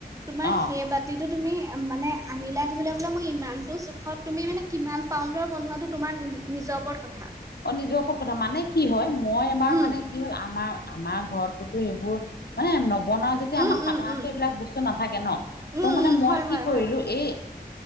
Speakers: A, on the right; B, on the left.
A: তোমাৰ
B: অ
A: সেইবাট- বাতিটো তুমি মানে আনিলা। ধৰি লোৱা বোলে মোৰ ইমানটো জোখত তুমি মানে কিমান- পাউণ্ডাৰ বনোৱাটো, তোমাৰ নিজৰ ওপৰত কথা।
B: অ' নিজৰ ওপৰত কথা মানে কি হয় মই এবাৰ
A: উম
B: মানে কি হ'ল আমাৰ আমাৰ ঘৰততো সেইবোৰ মানে নবনাওঁ যেতিয়া
A: উম
B: আমাৰ সাধাৰণতে
A: উম উম
B: এইবিলাক বস্তু নাথাকে ন।
A: উম
B: অ' মানে
A: উম
B: মই
A: হয়
B: কি
A: হয়
B: কৰিলোঁ
A: হয়
B: এই